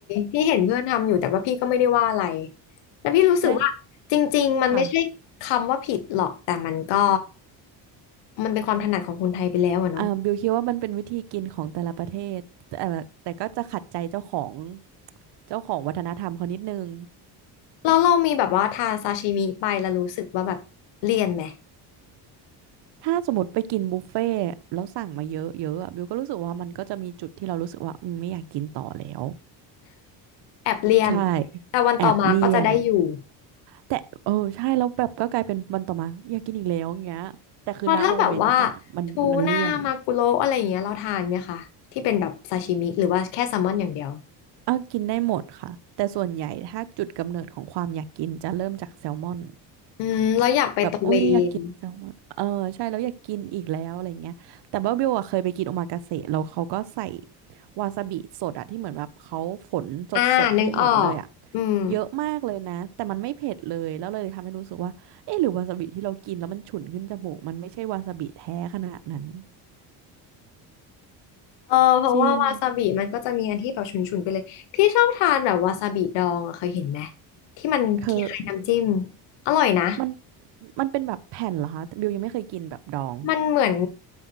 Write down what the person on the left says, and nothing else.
พี่เห็นเพื่อนทำอยู่แต่ว่าพี่ก็ไม่ได้ว่าอะไรแต่พี่รู้สึกว่าจริงๆมันไม่ใช่คำว่าผิดหรอกแต่มันก็
มันเป็นความถนัดของคนไทยไปแล้วอะเนาะ
แล้วเรามีแบบว่าทานซาชิมิไปแล้วรู้สึกว่าแบบเลี่ยนไหม
แอบเลี่ยน
แต่วันต่อมาก็จะได้อยู่
เพราะถ้าแบบว่าทูน่ามากุโระอะไรอย่างเงี้ยเราทานไหมคะที่เป็นแบบซาชิมิหรือว่าแค่แซลมอนอย่างเดียว
อืมเราอยากไปตะเวน
อ่านึกออกอืม
เออเพราะว่าวาซาบิมันก็จะมีอันที่แบบฉุนๆไปเลยพี่ชอบทานแบบวาซาบิดองอะเคยเห็นไหม
ที่มันคล้ายๆน้ำจิ้ม
อร่อยนะ
มันเหมือน